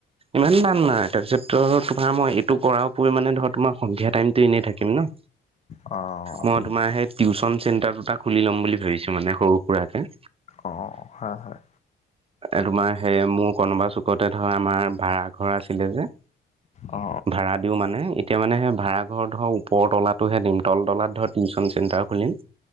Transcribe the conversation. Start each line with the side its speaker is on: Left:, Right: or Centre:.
Right: ইমান নাই তাৰপিছত ত' তোমাৰ মই এইটো কৰাৰ ওপৰিও মানে ধৰ তোমাৰ সন্ধিয়া টাইমতটো এনেই থাকিম ন।
Left: অঁ
Right: মই তোমাৰ সেই টিউশচন চেন্টাৰ দুটা খুলি ল'ম বুলি ভাবিছো মানে সৰু সুৰাকে।
Left: অঁ হয় হয়।
Right: এ তোমাৰ সেই মোৰ কোনোবা চুকতে ধৰ আমাৰ- ভাড়া ঘৰ আছিলে যে
Left: অ অ
Right: ভাড়া দিও মানে- তেতিয়া মানে হে ভাড়া ঘৰ ওপৰতলাটোহে দিম তল তলাত ধৰক টিউশ্যন চেণ্টাৰ খুলিম।